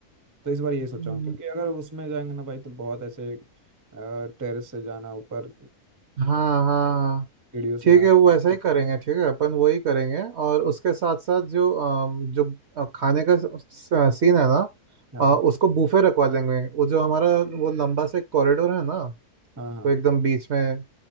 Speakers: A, on the right; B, on the right.
A: तो इस बार ये सोचा
B: हम्म,
A: हूँ क्योंकि अगर उसमें जाएंगे ना भाई तो बहुत ऐसे टेरेस से जाना ऊपर
B: हाँ हाँ
A: सीढ़ियों से
B: ठीक
A: जाना
B: है वो ऐसा ही करेंगे ठीक है अपन वही करेंगे और उसके साथ साथ जो अम, जो अ, खाने का सीन है ना
A: हाँ
B: अ, उसको बूफे रखवा लेंगे वो जो हमारा वो लंबा से कॉरिडोर है ना
A: हाँ हाँ
B: वो एकदम बीच में